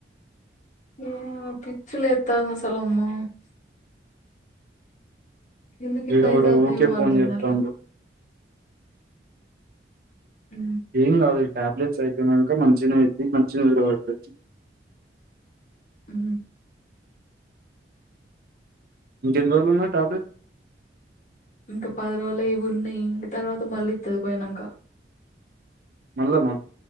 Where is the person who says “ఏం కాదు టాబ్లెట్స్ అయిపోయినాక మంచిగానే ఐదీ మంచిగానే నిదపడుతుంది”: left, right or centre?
Right